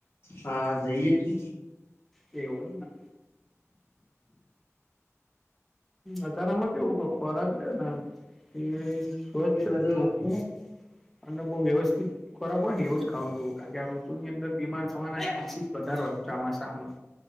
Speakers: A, on the left; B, in the centre.
A: હા જઈએ છે.
B: એવું એમ. અતારામાં કેવું કે ખોરાક રે ને. એ સ્વચ્છ
A: એ બધું
B: ચોખું અને બહુ વ્યવસ્થિત ખોરાક હોય ને એવું જ ખાવું જોવ કારણ કે આ ઋતુની અંદર બીમાર થવાના ચાન્સીસ વધારે હોય ચોમાસામાં.